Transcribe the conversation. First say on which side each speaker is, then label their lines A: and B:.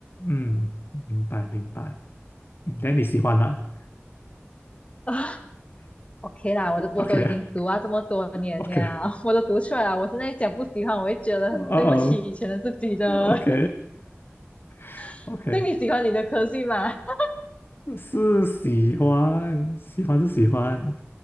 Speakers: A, on the left (about 55°); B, on the left (about 30°).
A: 嗯，明白明白。嗯那你喜欢啦
B: <laughs> OK 啦，我都我都已经读啊这么多年了，
A: o k OK，
B: <laughs> 我都读出来了。我现在讲不喜欢，我会觉得很对不起以前的自己的。
A: 哦哦，OK <laughs>
B: <laughs>
A: OK，
B: 所你喜欢你的科系吗？<laughs>
A: 是喜欢，喜欢是喜欢，